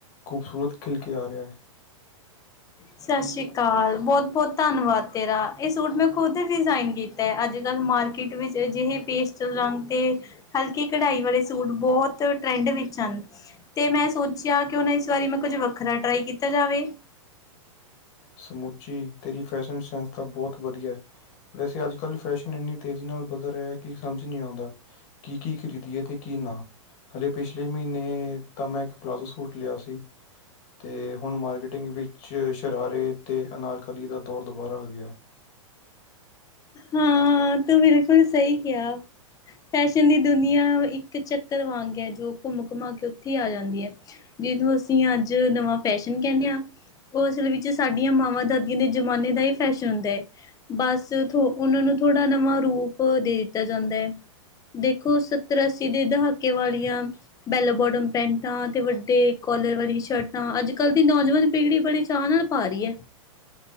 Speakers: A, on the left; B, on the left.
A: ਖ਼ੂਬਸੂਰਤ ਖਿਲ ਕੇ ਆ ਰਿਹਾ।
B: ਸਤਿ ਸ਼੍ਰੀ ਅਕਾਲ ਬਹੁਤ-ਬਹੁਤ ਧੰਨਵਾਦ ਤੇਰਾ ਇਹ ਸੂਟ ਮੈਂ ਖੁਦ ਡਿਜ਼ਾਇਨ ਕੀਤਾ ਤਾ ਅੱਜ ਕੱਲ੍ਹ ਮਾਰਕੀਟ ਵਿੱਚ ਅਜਿਹੇ ਪੇਸਟਲ ਰੰਗ ਤੇ ਹਲਕੀ ਕਢਾਈ ਵਾਲੇ ਸੂਟ ਬੋਹਤ ਟਰੈਂਡ ਵਿੱਚ ਹਨ। ਤੇ ਮੈਂ ਸੋਚਿਆ ਕਿਉਂ ਨਾ ਇਸ ਵਾਰੀ, ਮੈਂ ਕੁਝ ਵੱਖਰਾ ਟਰਾਈ ਕੀਤਾ ਜਾਵੇ।
A: ਸਮੁੱਚੀ ਤੇਰੀ ਫੈਸ਼ਨ ਸੈਂਸ ਤਾ ਬਹੁਤ ਵਧੀਆ। ਵੈਸੇ ਅੱਜ-ਕੱਲ੍ਹ ਫੈਸ਼ਨ ਏਨੀ ਤੇਜ਼ੀ ਨਾਲ ਬਦਲ ਰਿਆ ਕਿ ਸਮਝ ਨੀ ਆਉਦਾ। ਕੀ, ਕੀ ਖਰੀਦੀਏ, ਤੇ ਕੀ ਨਾ ਹਲੇੇ ਪਿਛਲੇ ਮਹੀਨੇ ਤਾ ਮੈਂ ਇੱਕ ਪਲਾਜ਼ੋ ਸੂਟ ਲਿਆ ਸੀ। ਤੇ ਹੁਣ ਮਾਰਕੀਟਿੰਗ ਵਿੱਚ ਸ਼ਰਾਰੇ, ਤੇ ਅਨਾਰਕਲੀ ਦਾ ਦੌਰ ਦੁਬਾਰਾ ਆ ਗਿਆ।
B: ਹਾਂ, ਤੂੰ ਬਿਲਕੁਲ ਸਹੀ ਕਿਆ। ਫੈਸ਼ਨ ਦੀ ਦੁਨੀਆਂ ਇੱਕ ਚੱਕਰ ਵਾਂਗ ਐ, ਜੋ ਘੁੰਮ ਘੁਮਾ ਕੇ ਓੱਥੇ ਈ ਆ ਜਾਂ ਜਿਹਨੂੰ ਅਸੀਂ ਅੱਜ ਨਵਾ ਫੈਸ਼ਨ ਕਿਹਨੇ ਆ ਓ ਅਸਲ ਵਿੱਚ ਸਾਡੀਆਂ ਮਾਵਾਂ, ਦਾਦੀਆਂ ਦੇ ਜ਼ਮਾਨੇ ਦਾ ਈ ਫੈਸ਼ਨ ਹੁੰਦੈ, ਬੱਸ ਥੋ ਉਨਾਂ ਨੂੰ ਥੋੜਾ ਨਵਾ ਰੂਪ ਦੇ ਦਿੱਤਾ ਜਾਂਦਾ। ਦੇਖੋ, ਸੱਤਰ-ਅੱਸੀ ਦੇ ਦਹਾਕੇ ਵਾਲੀਆਂ ਬੈਲ ਬੋਟਮ ਪੈਂਟਾਂ, ਤੇ ਵੱਡੇ ਕੋਲਰ ਵਾਲੀ ਸ਼ਰਟਾਂ, ਅੱਜ-ਕੱਲ੍ਹ ਦੀ ਨੌਜਵਾਨ ਪੀੜੀ ਬੜੇ ਚਾ ਨਾਲ ਪਾ ਰੀਆ।